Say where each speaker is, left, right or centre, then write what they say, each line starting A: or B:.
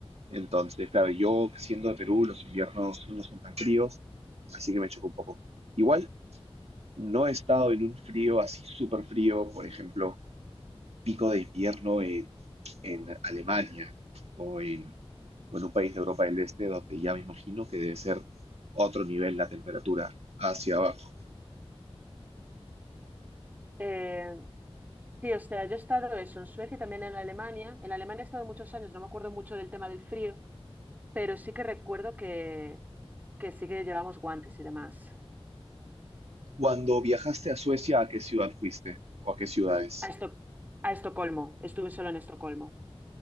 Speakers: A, on the right (about 85°); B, on the right (about 15°).
A: Entonces, claro, yo siendo de Perú, los inviernos no son tan fríos, así que me chocó un poco. Igual no he estado en un frío así súper frío, por ejemplo, pico de invierno en, en Alemania o en, o en un país de Europa del Este, donde ya me imagino que debe ser otro nivel la temperatura hacia abajo.
B: Eh, sí, o sea, yo he estado eso en Suecia y también en Alemania. En Alemania he estado muchos años, no me acuerdo mucho del tema del frío, pero sí que recuerdo que, que sí que llevamos guantes y demás.
A: Cuando viajaste a Suecia, ¿a qué ciudad fuiste? ¿O a qué ciudades?
B: A Esto- a Estocolmo, estuve solo en Estocolmo.